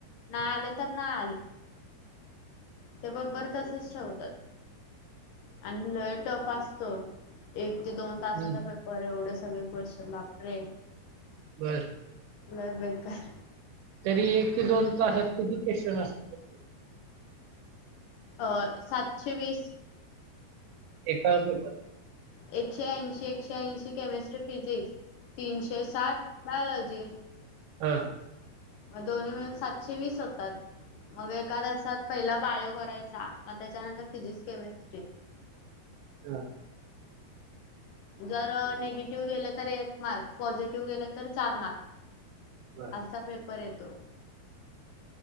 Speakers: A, on the left; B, on the right.
A: नाय आले तर नाही ते ब पेपर तसच ठेवतात आणि लय टफ असतो. एक ते दोन तासाचा
B: हम्म,
A: पेपर एवढे सगळे क्वेशन बापरे,
B: बर.
A: लय बेकार
B: तरी एक ते दोन तासात किती क्वेशन असत्यात.
A: अ सातशे वीस
B: एका पेपर
A: एकशे ऐंशी एकशे ऐंशी केमिस्ट्री फिजिक्स तीनशे साठ बायोलॉ जी.
B: हम
A: मग दोन्ही मिळून सातशे वीस होतात मग एका तासात पहिला बायो करायचा. मग त्याच्यानंतर फिजिक्स, केमिस्ट्री,
B: हम
A: जर निगेटिव्ह गेले तर एक मार्क पॉझिटिव्ह गेले तर चार मार्क.
B: बर.
A: असा पेप र येतो